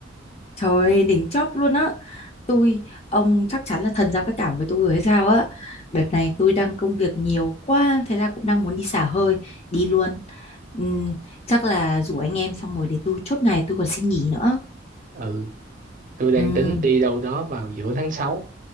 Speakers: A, on the left; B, on the right.
A: Trời đỉnh chóp luôn á Tôi ông chắc chắn là thần giao cách cảm với tôi rồi hay sao á Đợt này tôi đang công việc nhiều quá Thế là cũng đang muốn đi xả hơi Đi luôn Ừm, Chắc là rủ anh em xong rồi để tôi chốt ngày tôi còn xin nghỉ nữa
B: Ừ, tôi đang
A: Ừm,
B: tính đi đâu đó vào giữa tháng sáu